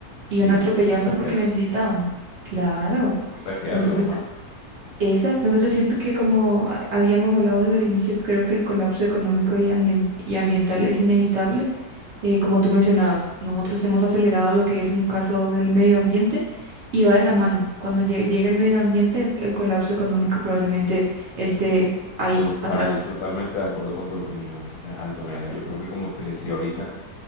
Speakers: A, on the right; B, on the left.
A: Iban
B: sí,
A: atropellando
B: la gente puede saquear,
A: porque necesitaban. Claro.
B: gente puede saquear
A: Entonces,
B: normal.
A: Exacto, entonces siento que como a- habíamos hablado desde el inicio, creo que el colapso económico y, ambien- y ambiental es inevitable. Eh, como tú mencionabas, nosotros hemos acelerado lo que es en caso del medio ambiente y va de la mano. Cuando llegue, llegue el medio ambiente, el, el colapso económico probablemente esté ahí,
B: Total,
A: atrás.
B: totalmente de acuerdo con tu opinión, eh, Antonella. Yo creo que como te decía ahorita,